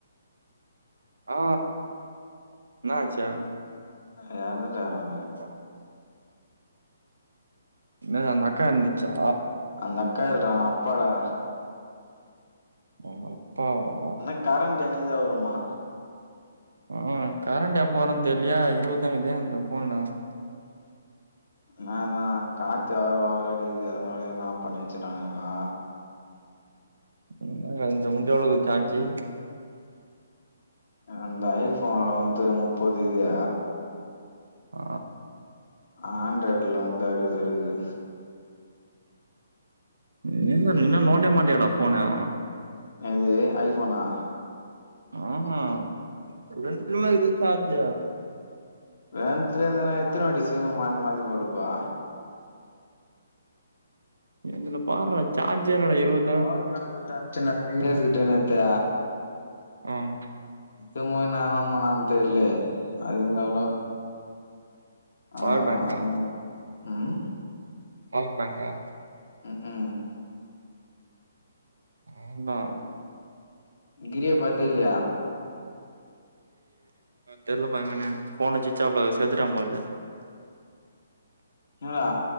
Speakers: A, on the right; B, on the left.
A: ஆ என்னாச்சு
B: இறந்துட்டாரா
A: ஆ என்னது அந்த அக்கா இறந்துச்சா
B: அந்த அக்கா இல்லறா அவுங்க அப்பாடா
A: அவுங்க அப்பாவா
B: என்ன கரண்ட் என்னிக்கு தா வருமா
A: ம் கரண்ட் எப்போ வரு தெரியலயே இருபது தா இருக்குது இந்த போன்ல
B: அதா அதா காத் வேற ஓவரா அடிக்குது அதுனாலயோ என்னமோ ஆஃப் பண்ணி வச்சு இருக்காங்களா
A: என்னடா இந்த உண்ட எவ்ளோ இருக்கு சார்ஜி
B: அந்த ஐ போன்ல வந்து முப்பது இருக்குது
A: ஆ
B: ஆண்ட்ராய்ட்ல வந்து அறுபது இருக்குது
A: நீ இன்ன நீ தா நோன்டவே மாட்டியடா போன்னு
B: அது ஐ போனா
A: ம்ம் ரெண்டுத்துலயுமே இருக்குது சார்ஜி
B: <unintelligible> இருந்தன எத்தன வாட்டி சிம்ம மாத்தி மாத்தி போட்டுக்கவா
A: என்னதுல பார்டா சார்ஜே இல்லடா இருவது
B: பவர் பேங் குடுத்து அனுப்புச்சனே விக்னேஷ் கிட்ட நேத்து
A: ம்ம்
B: <unintelligible> பண்ணானு தெரிலயே அது இருந்த கூட அதா
A: பவர் பேங்கா
B: அதுவும் ம்
A: பவர் பேங்கா
B: ம்ம் க்கு ம்
A: அவந்தா
B: கிரிய பாத்தியா இல்லயா
A: தெர்லப்பா எங்கனு போனு சுவிட்ச் ஆஃப்ல இருக்குது செத்துட்டா போலருக்குது
B: என்னறா